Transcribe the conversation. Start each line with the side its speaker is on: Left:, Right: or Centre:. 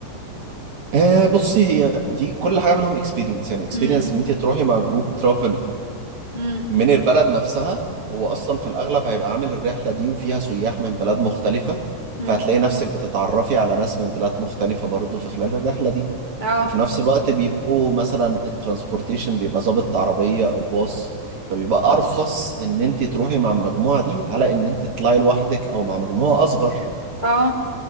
Right: آه بصي هي دي كل حاجة منهم اكسبيرينس يعني اكسبيرينس
Left: امم
Right: ان انت تروحي مع جروب ترافل
Left: امم
Right: من البلد نفسها هو اصلا في الاغلب هيبقى عامل الرحله دي وفيها سياح من بلاد مختلفه
Left: امم
Right: فهتلاقي نفسك بتتعرفي على ناس من بلاد مختلفه برضه في خلال الرحله دي
Left: اه
Right: وفي نفس الوقت بيبقوا مثلا الترانسبورتيشن بيبقى ظابط عربيه او باص فبيبقى ارخص ان انت تروحي مع المجموعه دي على ان انت تطلعي لوحدك او مع مجموعه اصغر
Left: اه